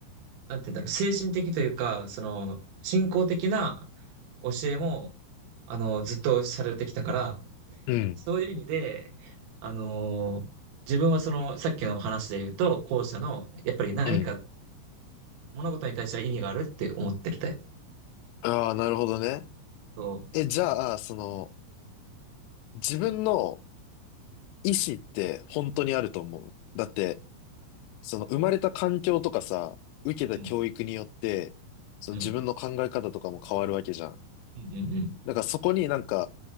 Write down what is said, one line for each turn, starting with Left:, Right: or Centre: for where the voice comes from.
Right: なんて言うんだろう、精神的というか、その、信仰的な教えも、あの、ずっとされてきたから、
Left: うん。
Right: そういう意味で、あの、自分はその、さっきの話で言うと、後者の、やっぱり何か
Left: うん。
Right: 物事に対しては意味があるって思ってるタイプ。
Left: ああ、なるほどね。
Right: そ
Left: え、じゃあ、その、自分の意思って本当にあると思う。だって、その生まれた環境とかさ、受けた教育によって、
Right: う。うん。
Left: その自分の考え方とかも変わるわけじゃん。
Right: うんうんうんうん。
Left: だからそこになんか、